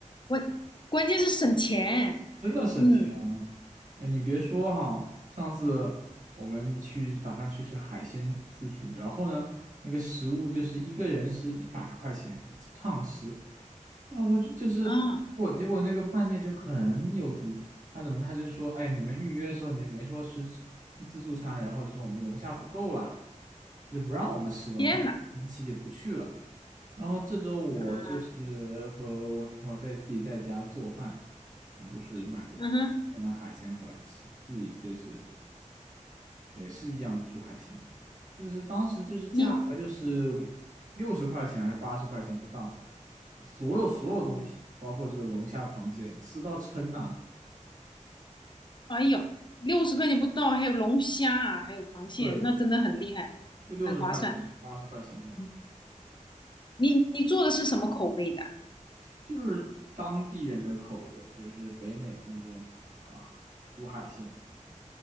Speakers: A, on the left; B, on the right.
A: 关关键是省钱。
B: 真的省钱啊！
A: 嗯
B: 哎，你别说哈，上次我们去打算去吃海鲜自助，然后呢，那个食物就是一个人是一百块钱，
A: 嗯
B: 畅吃，啊，我就就是我，
A: 啊，
B: 结果那个饭店就很有毒。他怎么他就说，哎，你们预约的时候你们没说吃自自助餐，然后就说我们龙虾不够了，就不让我们吃了，
A: 天呐，
B: 我们很生气就不去了。然后这周我就是和我女朋友在自己在家做饭，
A: 啊
B: 啊，就是买的这个，
A: 嗯哼，
B: 买海鲜回来吃，自己就是也是一样的煮海鲜。就是当时就是价格就是
A: 你
B: 六十块钱还是八十块钱不到，啊所有所有东西，
A: 嗯，
B: 包括这个龙虾、螃蟹，吃到撑呐、
A: 哎呦，六十块钱不到，还有龙虾啊，还有螃蟹，
B: 对对，
A: 那真的很厉害，
B: 就六十块钱、
A: 很划算。
B: 八十块钱这样子，
A: 嗯你你做的是什么口味的？
B: 就是当地人的口味，就是北美的那种啊，煮海鲜，